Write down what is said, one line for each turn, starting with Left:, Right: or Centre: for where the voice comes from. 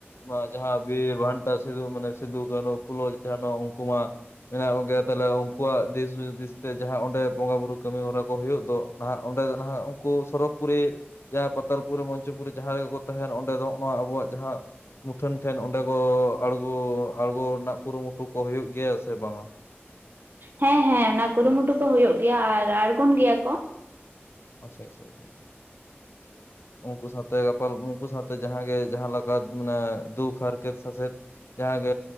Left: ᱢᱟ ᱡᱟᱦᱟ ᱵᱤᱨ ᱵᱷᱟᱱᱴᱟ ᱥᱤᱫᱩ, ᱢᱟᱱᱮ ᱥᱤᱫᱩ, ᱠᱟᱹᱱᱩ, ᱯᱷᱩᱞᱚ, ᱡᱷᱟᱱᱚ ᱩᱝᱠᱩ ᱢᱟ ᱢᱮᱱᱟᱜ ᱠᱚᱜᱮᱭᱟ ᱛᱟᱞᱮ ᱩᱝᱠᱩᱣᱟᱜ ᱫᱤᱥ-ᱦᱩᱫᱤᱥ ᱛᱮ ᱡᱟᱦᱟ ᱚᱸᱰᱮ ᱵᱚᱸᱜᱟ, ᱵᱩᱨᱩ ᱠᱟᱹᱢᱤ ᱦᱚᱨᱟ ᱠᱚ ᱦᱩᱭᱩᱜ ᱫᱚ ᱱᱟᱦᱟᱜ, ᱚᱸᱰᱮ ᱫᱚ ᱱᱟᱦᱟᱜ ᱩᱝᱠᱩ ᱥᱚᱨᱚᱜᱽ ᱯᱩᱨᱤ ᱡᱟ ᱯᱟᱛᱟᱞᱯᱩᱨᱤ, ᱢᱚᱧᱪᱚᱯᱩᱨᱤ ᱡᱟᱦᱟ ᱨᱮᱜᱮ ᱠᱚ ᱛᱟᱦᱮᱱ, ᱚᱸᱰᱮ ᱫᱚ ᱱᱚᱜ ᱱᱚᱣᱟ ᱟᱵᱚᱣᱟᱜ ᱡᱟᱦᱟ ᱢᱩᱴᱷᱟᱹᱱ ᱴᱷᱮᱹᱱ ᱚᱸᱰᱮ ᱜᱚ ᱟᱲᱜᱚ, ᱟᱲᱜᱚ ᱨᱮᱱᱟᱜ ᱠᱩᱨᱩᱢᱩᱴᱩ ᱠᱚ ᱦᱩᱭᱩᱜ ᱜᱮᱭᱟ ᱥᱮ ᱵᱟᱝᱟ?
Right: ᱦᱮᱸ-ᱦᱮᱸ, ᱚᱱᱟ ᱠᱩᱨᱩᱢᱩᱴᱩ ᱠᱚ ᱦᱩᱭᱩᱜ ᱜᱮᱹᱭᱟ ᱟᱨ ᱟᱨᱜᱚᱱ ᱜᱮᱭᱟ ᱠᱚᱸ᱾
Left: ᱟᱪᱪᱷᱟ-ᱪᱷᱟ-ᱪᱷᱟ᱾ ᱩᱝᱠᱩ ᱥᱟᱛᱮ ᱜᱟᱯᱟᱞ, ᱩᱸᱠᱩ ᱥᱟᱛᱮ ᱡᱟᱦᱟᱸ ᱜᱮ, ᱡᱟᱦᱟ ᱞᱮᱠᱟ ᱢᱟᱱᱮ ᱫᱩᱠ ᱦᱟᱨᱠᱮᱛ-ᱥᱟᱥᱮᱛ ᱡᱟᱦᱟᱸᱜᱮ,